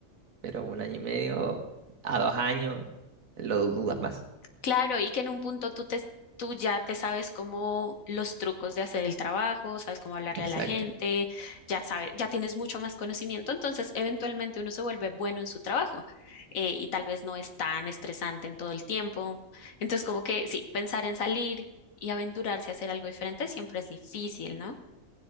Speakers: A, on the right; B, on the left.
A: Pero un año y medio a dos años, lo dudas más.
B: Claro, y que en un punto tú te, tú ya te sabes cómo los trucos de hacer el trabajo, sabes cómo hablarle
A: Exacto.
B: a la gente, ya sabes, ya tienes mucho más conocimiento, entonces eventualmente uno se vuelve bueno en su trabajo eh, y tal vez no es tan estresante en todo el tiempo. Entonces, como que sí, pensar en salir y aventurarse a hacer algo diferente siempre es difícil, ¿no?